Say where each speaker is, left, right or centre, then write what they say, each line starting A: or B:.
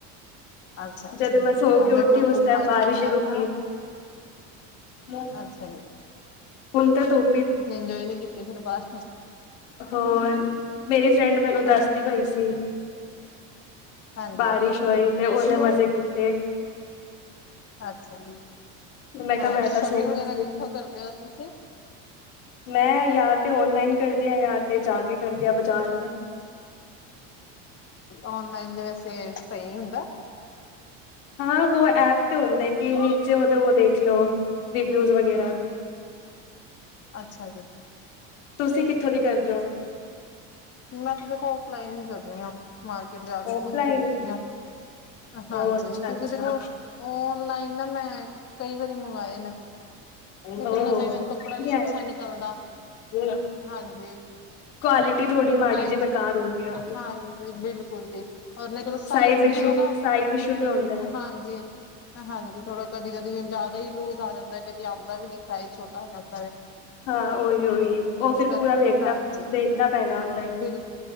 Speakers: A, on the left; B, on the left.
A: ਅੱਛਾ ਅੱਛਾ
B: ਜਦੋਂ ਮੈਂ
A: ਜੀ,
B: ਸੋ
A: ਹੁਣ
B: ਕੇ ਉੱਠੀ
A: ਦੇਖਲੋ
B: ਉਸ
A: ਗੁੰਮਾ
B: ਟਾਈਮ
A: ਇੰਨਾ
B: ਬਾਰਿਸ਼
A: ਹੋਇਆ
B: ਰੁੱਕੀ,
A: ਤਾਂ
B: ਮ
A: ਅੱਛਾ ਹੈ।
B: ਹੁਣ ਤਾਂ ਤੂੰ
A: ਤੁਸੀ ਇੰਜੋਏ ਨੀ ਕੀਤੀ ਫੇਰ ਬਾਹਰ
B: ਹੋਰ ਮੇਰੀ ਫਰੈਂਡ ਮੈਨੂੰ ਦੱਸਦੀ
A: ਹਾਂ
B: ਪਈ ਸੀ।
A: ਹਾਂਜੀ
B: ਬਾਰਿਸ਼ ਹੋਈ ਤੇ ਉਹ ਓਹਨੇ ਮਜ਼ੇ ਕੀਤੇ।
A: ਅੱਛਾ! ਜੀ
B: ਮੈਂ ਕਿਹਾ
A: ਹੋਰ
B: ਮੈਂ ਤਾਂ
A: ਸ਼ੋਪਿੰਗ
B: ਸੋ ਰਹੀ
A: ਵਗੈਰਾ
B: ਸੀ
A: ਕਿੱਥੋਂ ਕਰਦੇ ਹੋ ਤੁਸੀਂ
B: ਮੈਂ ਯਾ ਤੇ ਔਨਲਾਈਨ ਕਰਦੀ ਆ ਜਾਂ ਤੇ ਜਾ ਕੇ ਕਰਦੀ ਆ ਬਾਜ਼ਾਰ ਨੂੰ
A: ਔਨਲਾਈਨ ਦੇ ਵੈਸੇ ਸਹੀ ਹੁੰਦਾ।
B: ਹਾਂ ਉਹੋ ਐਪ ਤੇ ਹੁੰਦੇ ਕਿ ਨੀਚੇ ਉਹਦੇ ਉਹ ਦੇਖ ਲਓ ਰਿਵਿਊਜ਼ ਵਗੈਰਾ
A: ਅੱਛਾ ਜੀ।
B: ਤੁਸੀਂ ਕਿੱਥੋਂ ਦੀ ਕਰਦੇ ਹੋ।
A: ਮੈਂ ਤੇ ਦੇਖੋ ਓਫਲਾਈਨ ਹੀ ਕਰ ਦੀ ਹਾਂ। ਮਾਰਕੀਟ ਜਾ ਕੇ,
B: ਔਫਲਾਈਨ
A: ਖੁਦ ਖ਼ਰੀਦਣੀ ਆ।
B: ਉਹ
A: ਹਾਂਜੀ
B: ਅੱਛਾ
A: ਕਿਉਂਕਿ
B: ਅੱਛਾ
A: ਦੇਖੋ? ਔਨਲਾਈਨ ਨਾ ਮੈਂ ਕਈ ਵਾਰੀ ਮੰਗਵਾਏ ਨੇ।
B: ਉਹ
A: ਤੇ ਕਿੰਨਾ ਕਈ ਵਾਰੀ
B: ਸਹੀ
A: ਕੱਪੜਾ ਨੀ ਅੱਛਾ ਨਿਕਲਦਾ
B: ਹੈ
A: ਹਾਂਜੀ
B: ਕੁਆਲਿਟੀ ਥੋੜੀ ਮਾੜੀ
A: ਸਾਈਜ਼
B: ਜਿਹੀ ਬੇਕਾਰ ਹੁੰਦੀ ਆ
A: ਹਾਂਜੀ ਬਿਲਕੁਲ ਜੀ, ਔਰ ਨਾ
B: ਸਾਈਜ਼
A: ਵੀ
B: ਇਸ਼ੂ
A: ਥੋੜਾ ਨਾ
B: ਸਾਈਜ਼ ਇਸ਼ੂ ਵੀ ਹੁੰਦਾ ਹੈ।
A: ਹਾਂਜੀ ਹਾਂਜੀ ਥੋੜਾ ਕਦੀ -ਕਦੀ ਜਿਆਦਾ ਹੀ ਲੂਜ ਆ ਜਾਂਦਾ ਕਦੀ ਆਉਂਦਾ ਵੀ ਨੀ ਸਾਈਜ਼ ਛੋਟਾ ਆ ਜਾਂਦਾ ਹੈ।
B: ਹਾਂ ਉਹੀ- ਉਹੀ ਉਹ ਫਿਰ
A: ਕਰਕੇ
B: ਪੂਰਾ ਵੇਖਦਾ-ਵੇਖਦਾ
A: ਹਾਂਜੀ
B: ਪੈਣਾ ਹੁੰਦਾ ਈ
A: ਬਿਲ